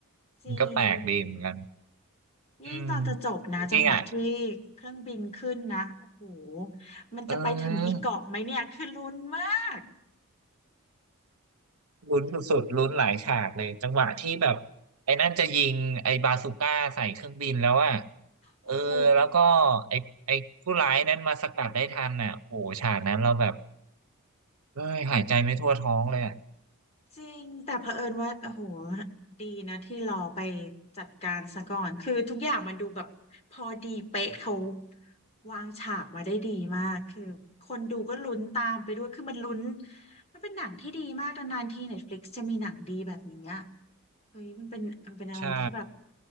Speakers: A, on the left; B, on the right.
A: จริง
B: มันก็แปลกดีเหมือนกันอืม
A: ยิ่งตอนจะจบนะจังหวะที่
B: จริงๆอ่ะ
A: เครื่องบินขึ้นนะโอ้โหมันจะไปถึงอีกเกาะไหมเนี่ยคือลุ้นมาก
B: เออลุ้นสุดๆลุ้นหลายฉากเลยจังหวะที่แบบไอ้นั่นจะยิงไอ้บาซูก้าใส่เครื่องบินแล้วอ่ะ
A: โอ้โห
B: เออแล้วก็ไอ้ไอ้ผู้ร้ายนั้นมาสกัดได้ทันอ่ะโอ้โหฉากนั้นเราแบบเอ้ยหายใจไม่ทั่วท้องเลยอ่ะ
A: จริง แต่เผอิญว่า โอ้โหดีนะที่รอไปจัดการซะก่อนคือทุกอย่างมันดูแบบพอดีเป๊ะเขาวางฉากมาได้ดีมาก คือคนดูก็ลุ้นตามไปด้วยคือมันลุ้นมันเป็นหนังที่ดีมากนานๆที Netflix จะมีหนังดีแบบนี้อะเฮ้ยมันเป็นมันเป็นอะไรที่แบบ
B: ใช่